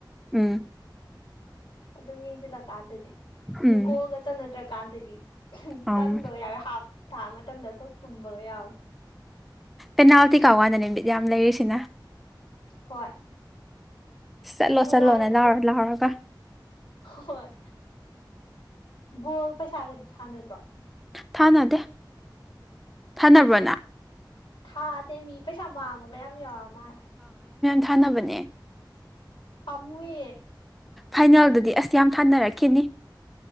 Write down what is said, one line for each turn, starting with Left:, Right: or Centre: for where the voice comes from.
Centre: ꯎꯝ
Left: ꯑꯗꯨꯝ ꯌꯦꯡꯁꯤꯜꯂꯀꯥꯟꯗꯗꯤ
Centre: ꯎꯝ
Left: ꯒꯣꯒ ꯆꯅꯗ꯭ꯔꯀꯥꯟꯗꯗꯤ
Centre: ꯑꯪ
Left: ꯇꯟꯕꯒ ꯌꯥꯎꯋꯦ ꯍꯥꯞ ꯊꯥ ꯃꯇꯝꯗ ꯇꯨꯝꯕꯒ ꯌꯥꯎꯋꯦ
Centre: ꯑꯅꯅꯥꯕꯇ ꯀꯥꯎꯋꯥꯗꯅ ꯌꯥꯝ ꯂꯁꯤꯅ
Left: ꯍꯣꯏ
Centre: ꯆꯠꯂꯣ
Left: ꯅꯨꯡꯉꯥꯏ
Centre: ꯆꯠꯂꯣꯅꯦ
Left: ꯑꯗꯨꯝ
Centre: ꯂꯥꯎꯔ ꯂꯥꯎꯔꯒ
Left: ꯍꯣꯏ ꯕꯣꯜ ꯄꯩꯁꯥꯒꯗꯤ ꯁꯥꯟꯅꯗ꯭ꯔꯣ
Centre: ꯊꯥꯅꯗꯦ ꯊꯥꯅꯕ꯭ꯔꯣꯅ
Left: ꯊꯥꯗꯦ ꯃꯤ ꯄꯩꯁꯥ ꯃꯥꯡꯃꯒ ꯌꯥꯝ ꯌꯧꯔ ꯃꯥꯜꯂꯦ
Centre: ꯁꯥꯟꯅꯕꯅꯦ
Left: ꯄꯝꯃꯨꯏ
Centre: ꯐꯥꯏꯅꯦꯜꯗꯗꯤ ꯑꯁ ꯌꯥꯝ ꯊꯥꯅꯔꯛꯈꯤꯅꯤ